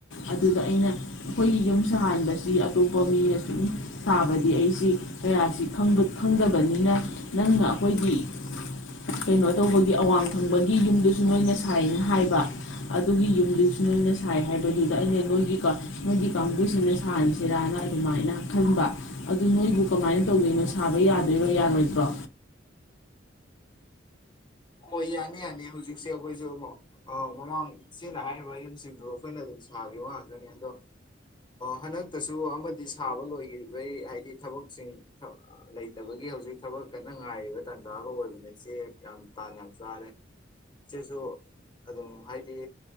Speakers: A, on the left; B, on the left.
A: ꯑꯗꯨꯗ ꯑꯩꯅ ꯑꯩꯈꯣꯏꯒꯤ ꯌꯨꯝ ꯁꯥꯍꯟꯕꯁꯤ ꯑꯇꯣꯞꯄ ꯃꯤꯅ ꯁꯨꯝ ꯁꯥꯕꯗꯤ ꯑꯩꯁꯤ ꯀꯌꯥꯁꯤ ꯈꯪꯗꯕꯅꯤꯅ ꯅꯪꯅ ꯑꯩꯈꯣꯏꯒꯤ ꯀꯩꯅꯣ ꯇꯧꯕꯒꯤ ꯑꯋꯥꯡꯗ ꯒꯤ ꯌꯨꯝꯗꯨꯁꯨ ꯅꯣꯏꯅ ꯁꯥꯏꯅ ꯍꯥꯏꯕ ꯑꯗꯨꯒꯤ ꯌꯨꯝꯗꯨꯁꯨ ꯅꯣꯏꯅ ꯁꯥꯏ ꯍꯥꯏꯕꯗꯨꯗ ꯑꯩꯅ ꯅꯣꯏꯒꯤ ꯅꯣꯏꯒꯤ ꯀꯥꯡꯕꯨꯁꯤꯡꯅ ꯁꯥꯍꯟꯁꯤꯔꯥꯅ ꯑꯗꯨꯃꯥꯏꯅ ꯈꯟꯕ ꯑꯗꯨ ꯅꯣꯏꯕꯨ ꯀꯃꯥꯏꯅ ꯇꯧꯗꯣꯏꯅꯣ ꯁꯥꯕ ꯌꯥꯗꯣꯏꯔꯣ ꯌꯥꯔꯣꯏꯗ꯭ꯔꯣ
B: ꯍꯣꯏ ꯌꯥꯅꯤ ꯌꯥꯅꯤ ꯍꯧꯖꯤꯛꯁꯦ ꯑꯩꯈꯣꯏꯁꯨ ꯃꯃꯥꯡ ꯏꯆꯦꯅ ꯍꯥꯏꯔꯤꯕ ꯌꯨꯝꯁꯤꯡꯗꯣ ꯑꯩꯈꯣꯏꯅ ꯑꯗꯨꯝ ꯁꯥꯈꯤꯕ ꯉꯥꯛꯇꯅꯤ ꯑꯗꯣ ꯍꯟꯗꯛꯇꯁꯨ ꯑꯃꯗꯤ ꯁꯥꯕ ꯂꯣꯏꯈꯤꯕꯩ ꯍꯥꯏꯗꯤ ꯊꯕꯛꯁꯤꯡ ꯂꯩꯇꯕꯒꯤ ꯍꯧꯖꯤꯛ ꯊꯕꯛ ꯀꯟꯅ ꯉꯥꯏꯔꯤꯕ ꯇꯥꯟꯖꯥꯒ ꯑꯣꯏꯕꯅꯦ ꯏꯆꯦ ꯌꯥꯝ ꯇꯥꯟ ꯌꯥꯝ ꯆꯥꯔꯦ ꯏꯆꯦꯁꯨ ꯑꯗꯨꯝ ꯍꯥꯏꯗꯤ